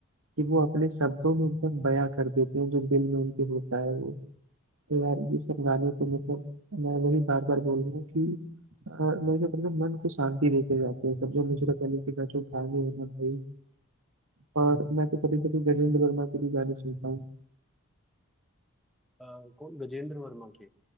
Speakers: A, on the right; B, in the centre.
A: कि वो अपने शब्दों में एकदम बयां कर देते हैं जो दिल में उनके होता है वो तो यार ये सब गाने तो मतलब मैं वही बार बार बोल रहा हूँ कि अ, मेरे मतलब मन को शांति देके जाते हैं सब जो नुसरत अली के का जो गाने हैं ना भाई और मैं तो कभी कभी गजेंद्र वर्मा के भी गाने सुनता हूँ
B: अ, कौन गजेंद्र वर्मा के